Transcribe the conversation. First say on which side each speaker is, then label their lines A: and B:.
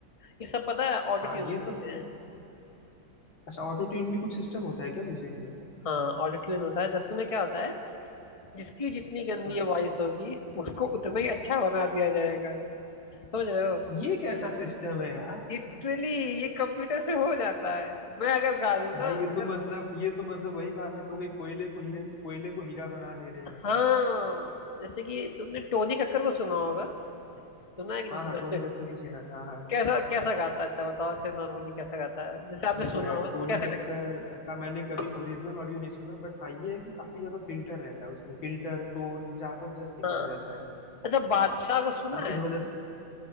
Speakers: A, on the left; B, on the left.
A: ये सब पता है ऑटो
B: हाँ
A: ट्यून
B: ये
A: करते
B: सब
A: हैं
B: अच्छा ऑटो ट्यून भी कुछ सिस्टम होता है क्या म्यूजिक में
A: हाँ ऑटो ट्यून होता है दरअसल में क्या होता है जिसकी जितनी गंदी
B: हाँ
A: वॉइस होगी उसको उतना ही अच्छा बना दिया जाएगा समझ रहे हो
B: ये कैसा सिस्टम है यार
A: लिटरली ये कंप्यूटर से हो जाता है मैं अगर गा दूं
B: भाई
A: ना
B: ये
A: अगर
B: तो मतलब ये तो मतलब वही बात हो गई कोयले को हीरे कोयले को हीरा बना दे रहे
A: हाँ
B: हैं
A: जैसे कि तुमने टोनी कक्कर को सुना होगा सुना है कि नहीं
B: हाँ
A: सुना
B: हाँ टोनी
A: है
B: कक्कर
A: <laughs>
B: को सुना है हाँ हाँ
A: कैसा कैसा गाता है? अच्छा बताओ ऐसे नॉर्मली कैसा गाता है जैसे आपने
B: देखो
A: सुना
B: यार
A: हो तो
B: टोनी
A: कैसे
B: कक्कर
A: लगा उसके
B: का मैंने कभी ओरिजिनल ऑडियो नहीं सुना बट हाँ ये है कि काफी ज्यादा फिल्टर रहता है उसमें फिल्टर टोन जबरदस्त एकदम
A: हाँ
B: रहता है
A: अच्छा बादशाह को सुना
B: काफी
A: है
B: जबरदस्त